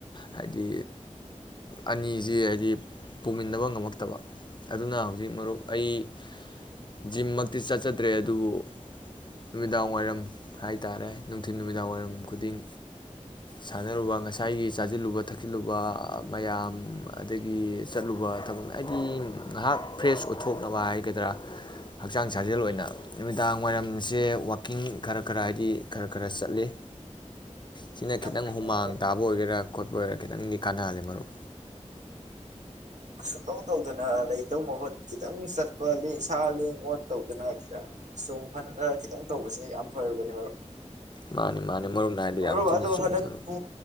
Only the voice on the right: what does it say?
ꯌꯥꯝ ꯐꯩꯅꯦ
ꯃꯔꯨꯞ
ꯁꯨꯇꯧ ꯇꯧꯗꯅ ꯂꯩꯇꯧ ꯃꯍꯨꯠ ꯈꯤꯇꯪ ꯆꯠꯄ ꯁꯥ ꯂꯦꯡ ꯑꯣꯠ ꯇꯧꯗꯅ ꯈꯤꯇꯪ ꯆꯣꯡ ꯍꯟꯗ ꯈꯤꯇꯪ ꯇꯧꯕꯁꯤꯅ ꯌꯥꯝ ꯐꯔꯕꯅꯤ ꯃꯔꯨꯞ
ꯃꯔꯨꯞ
ꯑꯗꯣ
ꯍꯟꯗꯛꯄꯨ